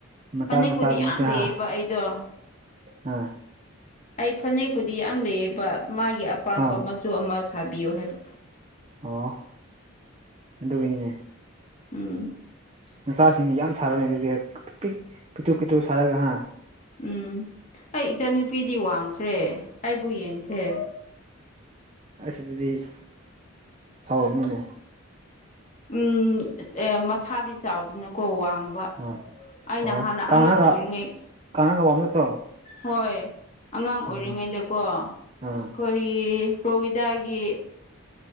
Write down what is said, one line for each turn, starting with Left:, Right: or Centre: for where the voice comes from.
Right: ꯃꯆꯥ
Left: ꯐꯅꯦꯛꯄꯨꯗꯤ
Right: ꯃꯆꯥꯒꯨꯝꯕꯁꯨ
Left: ꯌꯥꯝ
Right: ꯑꯥ
Left: ꯂꯩꯑꯦꯕ ꯑꯩꯗꯣ
Right: ꯑꯥ
Left: ꯑꯩ ꯐꯅꯦꯛꯄꯨꯗꯤ ꯌꯥꯝ ꯂꯩꯌꯦꯕ ꯃꯥꯒꯤ ꯑꯄꯥꯝꯕ
Right: ꯑꯥ
Left: ꯃꯆꯨ ꯑꯃ ꯁꯥꯕꯤꯌꯨ ꯍꯥꯏꯕ
Right: ꯑꯣ ꯑꯗꯨꯒꯤꯅꯤꯅꯦ
Left: ꯎꯝ
Right: ꯅꯆꯥꯁꯤꯡ ꯌꯥꯝ ꯁꯥꯔꯣꯏꯅꯦ ꯑꯗꯨꯗꯤ ꯄꯤꯛꯇꯨ ꯄꯤꯛꯇꯨ ꯁꯥꯔꯒ ꯍꯥ
Left: ꯎꯝ ꯑꯩ ꯏꯆꯥꯟꯅꯨꯄꯤꯗꯤ ꯋꯥꯡꯈ꯭ꯔꯦ ꯑꯩꯕꯨ ꯌꯦꯡꯈ꯭ꯔꯦ
Right: ꯑꯁ ꯑꯗꯨꯤꯗꯤ ꯁꯅꯤꯅ
Left: ꯎꯝ ꯑꯦ ꯃꯁꯥꯗꯤ ꯆꯥꯎꯗꯅꯀꯣ ꯋꯥꯡ
Right: ꯑꯥ
Left: ꯑꯩꯅ
Right: ꯑꯣ
Left: ꯍꯥꯟꯅ
Right: ꯀꯪꯔꯒ
Left: ꯑꯉꯥꯡ ꯑꯣꯏꯔꯤꯉꯩ
Right: ꯀꯪꯔꯒ ꯋꯥꯕ ꯅꯠꯇ꯭ꯔꯣ
Left: ꯍꯣꯏ ꯑꯉꯥꯡ ꯑꯣꯏꯔꯤꯉꯩꯗꯀꯣ
Right: ꯑꯥ
Left: ꯑꯩꯈꯣꯏꯒꯤ
Right: ꯑꯥ
Left: ꯄ꯭ꯔꯣꯕꯤꯗꯥꯒꯤ